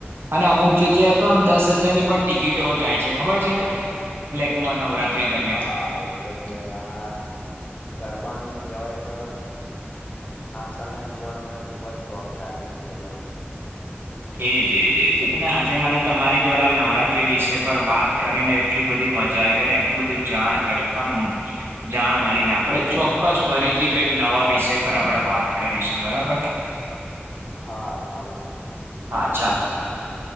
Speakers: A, on the right (about 65°); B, on the left (about 30°).
A: અને અમુક જગ્યાએ તો આમ દસ હજારની પણ ટિકિટો જાય છે ખબર છે લેકમાં નવરાતત્ર્રી દ
B: હા એ તો છે જ આ ગરબાનું કેવાય કે આજકાલના યુવાનોને ખુબ જ શોખ જાગી ઉઠે છે એમ
A: એજ એજ એજ અને આજે મને તમારી જોડે આ નવરાત્રી વિષ પર વાત કરીને એટલી બધી મજા આવી ગઈ ને એટલું બધું જાણ કરી આમ જાણ મળીને આપણે ચોક્કસ ફરીથી કઈક નવા વિષય પર આપણેે વાત કરીશું બરાબર.
B: હા ચાલો
A: હા ચાલો